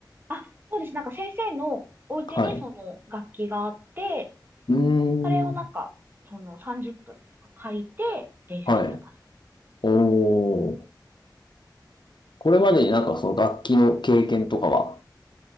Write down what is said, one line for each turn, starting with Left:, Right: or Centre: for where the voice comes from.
Right: あ、そうです。なんか先生のお家にその楽器があって、
Left: はい。うー
Right: それをなんか、
Left: ん。
Right: その30分とか借りて練習してます。
Left: はい。おー。これまでになんかその楽器の経験とかは